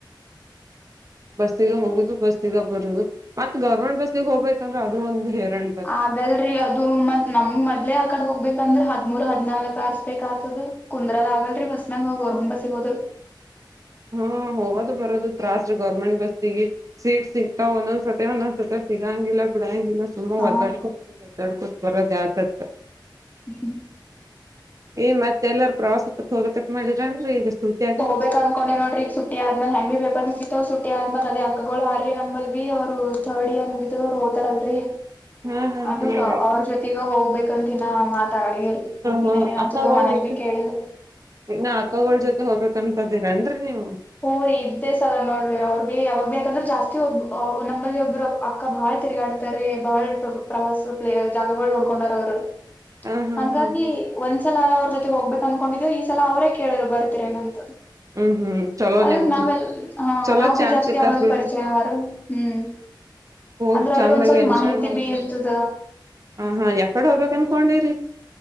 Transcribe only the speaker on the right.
ಬಸ್ಸಿಗೆ ಹೋಗುದು ಬಸ್ಸಗ ಬರುದು ಮತ್ತ ಗೌರ್ಮೆಂಟ್ ಬಸ್ಸಿಗೆ ಹೋಗ್ಬೇಕಂದ್ರೆ ಅದು ಒಂದು ಹೇರಣ.
ಹ್ಮ ಹೋಗೋದು ಬರೋದು ತ್ರಾಸ್ ಗೌರ್ಮೆಂಟ್ ಬಸ್ಸಿಗಿ. ಸೀಟ್ ಸಿಗ್ತಾವ ಒಂದೊಂದು ಸತಿ ಒಂದೊಂದು ಸತಿ ಸಿಗಂಗಿಲ್ಲ ಬಿಡಂಗಿಲ್ಲ ಸುಮಾ
ಒದ್ದಾಡ್ಕೋ ಒದ್ದಾಡ್ಕೋತ್ ಬರೋದ ಆತತ್.
ಈ ಮತ್ತೆಲ್ಲರ ಪ್ರವಾಸಕ್ಕೆ ಹೋಗ್ಬೇಕಕ್ ಮಾಡಿಡ್ರಾದೇನ್ರಿ ಈಗ ಸೂಟ್ಯಾಗ
ಹಾ ಹಾ
ಹ್ಮ್ ಹಾ
ಹಾ
ಅಕ್ಕಗೋಳ್
ಜೊತೆ
ಇನ್ನ ಅಕ್ಕಗಳ ಜೊತೆ ಹೋಗ್ಬೇಕಂತದಿರೇನ್ರರಿ ನೀವು.
ಹಾ ಹಾ
ಹಾ ಹಾ
ಹ್ಮ್ ಹ್ಮ್ ಚಲೋ
ನಿಮಗ್
ಚಲೋ
ಚಾನ್ಸ್
ಸಿಕ್ಕತ್
ಬಿಡ್ರಿ
ಹೋಗ್
ಚಂದಾಗ
ಎಂಜಾಯ್
ಮಾಡ್ಬೇಡ್ರಿ
ಹ ಹಾ ಹೆಕಡೆ ಹೋಗಬೇಕ ಅನ್ಕೊಂಡಿರಿ